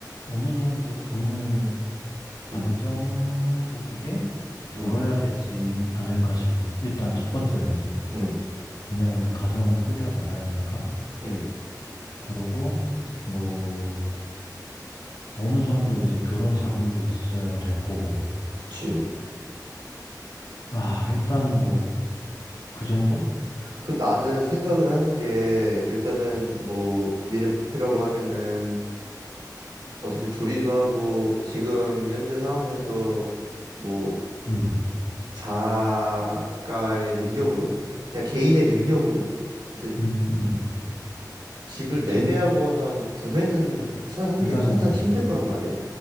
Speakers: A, on the left; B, on the right.
A: 어느 정도 돈을 안정적이게
B: 음,
A: 벌어야
B: 음,
A: 되지 않을까 싶어. 일단 첫 번째는.
B: 음,
A: 왜냐면은 가정을 꾸려 나가야 되니까.
B: 음.
A: 그러고, 뭐, 어느 정도 이제 결혼 자금도 있어야 될 거고.
B: 그치.
A: 아, 일단 뭐, 그 정도?
B: 그 나는 생각을 하는 게 일단은
A: 음,
B: 뭐 미래 목표라고 하면은 어차피 둘이서 하고 지금 현재 상황에서 뭐
A: 음,
B: 자가의 능력으로 그냥 개인의 능력으로 이제
A: 음. 음.
B: 집을
A: 그치,
B: 매매하거나 뭐 구매는
A: 거의
B: 사- 하는
A: 불가능이지.
B: 게 사실상 힘들 거란 말이야.